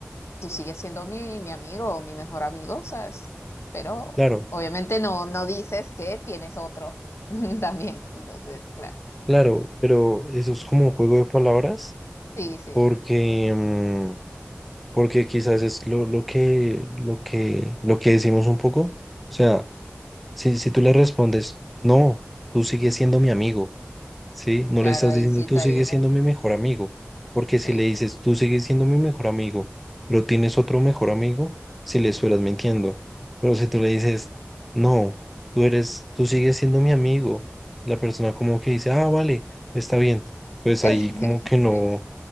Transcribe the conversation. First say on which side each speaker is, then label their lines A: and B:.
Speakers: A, on the left; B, in the centre.
A: tú sigues siendo mi, mi amigo o mi mejor amigo, ¿sabes? Pero
B: claro,
A: obviamente no, no dices que tienes otro <laughs> también, entonces, claro,
B: claro, pero eso es como un juego de palabras,
A: sí, sí,
B: porque, mm, porque quizás es lo, lo que, lo que, lo que decimos un poco, o sea, si, si tú le respondes, no, tú sigues siendo mi amigo, ¿sí? No
A: claro,
B: le estás
A: ahí
B: diciendo,
A: sí
B: tú
A: estaría,
B: sigues siendo mi mejor amigo, porque
A: sí,
B: si le dices,
A: sí.
B: tú sigues siendo mi mejor amigo, pero tienes otro mejor amigo, si le estuvieras mintiendo. Pero si tú le dices, no, tú eres, tú sigues siendo mi amigo, la persona como que dice, ah, vale, está bien, pues
A: <laughs>
B: ahí como que no,
A: Sí, sí.